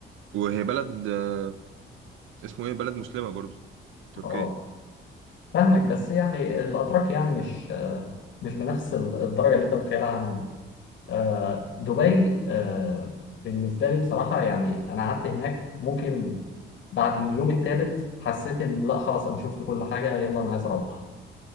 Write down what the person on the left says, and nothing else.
اه فاهمك بس يعني الأتراك يعني مش مش بنفس ال- الدرجة اللي أنت متخيلها عنهم آه، دبي آه، بالنسبة لي بصراحة يعني أنا قعدت هناك ممكن بعد اليوم الثالث حسيت إن لا خلاص أنا شفت كل حاجة يلا أنا عايز أروح